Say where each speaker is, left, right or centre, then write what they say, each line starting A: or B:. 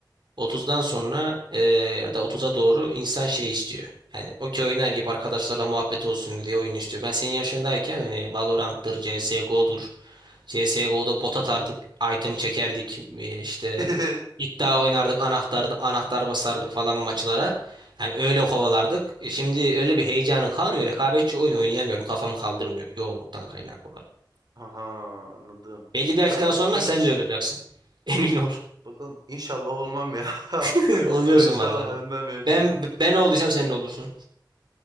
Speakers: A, on the right; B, on the right.
A: Otuzdan sonra eee, ya da otuza doğru insan şey istiyor. Yani okey oynar gibi arkadaşlarla muhabbet olsun diye oyun istiyor. Ben senin yaşındayken hani Valorant'tır, CSGO'dur. CSGO'da bot atardık, item çekerdik, eee, işte
B: <laughs>
A: iddia oynardık, anahtar, anahtar basardık falan maçlara. Yani öyle kovalardık. E, Şimdi öyle bir heyecanın kalmıyor. Rekabetçi oyun oynayamıyorum. kafamı kaldırmıyor yoğunluktan kaynaklı olarak.
B: Aha anladım.
A: Belli bir yaştan
B: Ben
A: sonra
B: peki
A: sen
B: ş-
A: de öyle olacaksın. <laughs> Emin ol.
B: bakalım inşallah olmam ya. <laughs>
A: <laughs> Oluyorsun
B: Ben şu
A: vallahi.
B: an halimden memnunum.
A: Ben ben olduysam senin olursun.